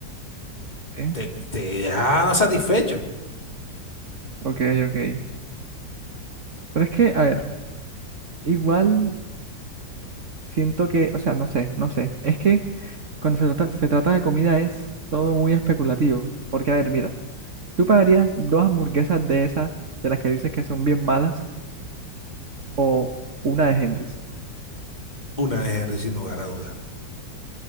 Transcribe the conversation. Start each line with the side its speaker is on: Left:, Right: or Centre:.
Right: Sí.
Left: te, te deja satisfecho.
Right: Ok, ok. Pero es que, a ver, igual siento que, o sea, no sé, no sé. Es que cuando se trata, se trata de comida es todo muy especulativo. Porque, a ver, mira, ¿tú pagarías dos hamburguesas de esas, de las que dices que son bien malas, o una de Henry's?
Left: Una de Henry, sin lugar a dudas.